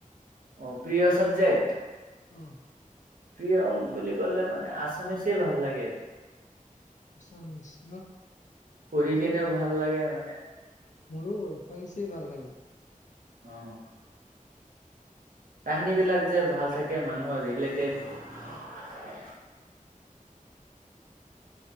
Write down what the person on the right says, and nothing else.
অ প্ৰিয় চাবজেক্ট?
প্ৰিয়ম বুলি ক'লে মানে আছামিছে ভাল লাগে।
পঢ়
কেনেও ভাল লাগে মা
অ কাহিনী বিলাক যে ভাল থাকে মানুহৰ ৰিলেট তে